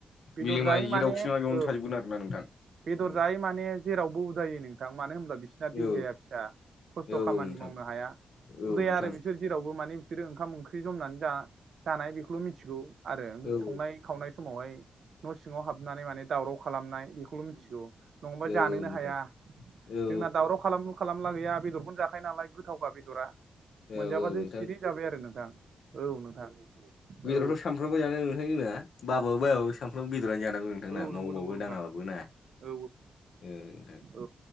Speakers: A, on the right (about 70°); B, on the left (about 70°).
A: बेदर
B: मेलेमा
A: जायै
B: जेरावखि
A: माने
B: नङा बेयावनो
A: औ
B: थाजोबगोन आरोना नोंथां।
A: बेदर
B: औ
A: जायै माने जेरावबो उदायै नोंथां मानो होमब्ला बिसिना देहाया
B: औ
A: फिसा। खस्थ'
B: औ
A: खामानि
B: नोंथां
A: मावनो हाया
B: औ
A: उदाया
B: नोंथां
A: आरो बिस सोर जेरावबो माने बिसोरो ओंखाम ओंख्रि जमनानै जा जानाय बेखौल' मिनथिगौ। आरो
B: औ औ
A: संनाय खावनाय समावहाय न' सिङाव हाबनानै माने दावराव खालामनाय बेखौल' मिनथिगौ। नङाबा
B: औ
A: जानोनो
B: औ औ नोंथां
A: हाया जोंना
B: औ औ
A: दावराव खालाम खालामला गैया बेदरखौनो जाखायो नालाय गोथावखा बेदरा।
B: औ
A: मोनजाबादि
B: औ नोंथां
A: सिरि जाबाय आरो नोंथां औ नोंथां।
B: बेदराथ'
A: औ
B: सामफ्रोमबो जानाय <unintelligible> बाबाबो बायाबो सानफ्रोमबो बेदरानो जानांगौ। जोंना
A: औ नंगौ
B: मावबाबो
A: नंगौ नोंथां
B: दाङाबाबो ना
A: औ
B: ओ नोंथां।
A: औ